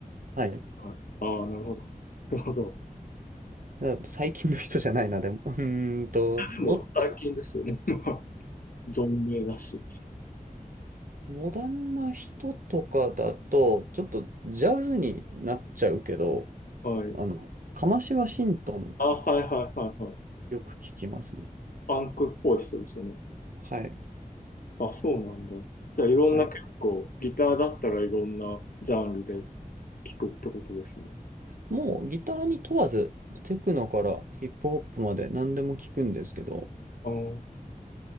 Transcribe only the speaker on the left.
はい。ああ、なるほど。なるほど。
でも最近ですよね。
<laughs> まあ存命だし。
はい。
あ、はいはいはいはい。
パンクっぽい人ですね。
あ、そうなんだ。じゃあ、いろんな結構、
ギターだったらいろんなジャンルで聴くってことですね。
あー、